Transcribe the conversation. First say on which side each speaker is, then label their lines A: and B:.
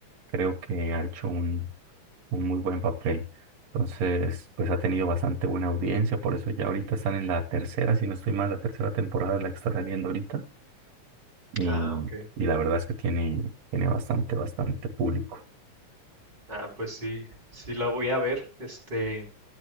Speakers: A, on the right; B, on the right.
A: creo que ha hecho un, un muy buen papel. Entonces, pues ha tenido bastante buena audiencia, por eso ya ahorita están en la tercera, si no estoy mal, la tercera temporada de la que está saliendo ahorita. Y,
B: Ah, ok.
A: y la verdad es que tiene, tiene bastante, bastante público.
B: Ah, pues sí, sí la voy a ver. Este,